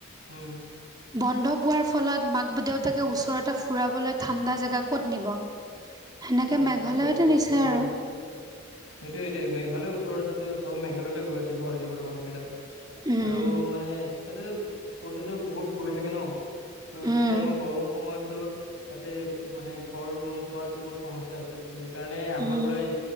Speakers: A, on the left (about 85°); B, on the right (about 20°).
A: উম।
B: বন্ধ পোৱাৰ ফলত মাক-দেউতাকে ওচৰতে ফুৰাবলৈ ঠাণ্ডা জেগা ক'ত নিব? সেনেকে
A: উম,
B: মেঘালয়তে
A: সেইটো বস্তু
B: নিছে
A: উম।
B: আৰু
A: সেইটোয়ে এইটো মেঘালয় চৰত আছে চবে মেঘালয়তে গৈছে গুৱাহাটীৰ পৰা মানুহ বিলাক।
B: উম
A: আৰু মানে তাতে পৰ্যটক বহুত গৈ থাকে ন' ত' এইটো
B: উম
A: টাইমত গৰমৰ সময়তো তাতে মানে ঘৰ ৰুম পোৱাতো বহুত সমস্যা আছে। ত সেইকাৰণে আগৰ
B: উম
A: পৰাই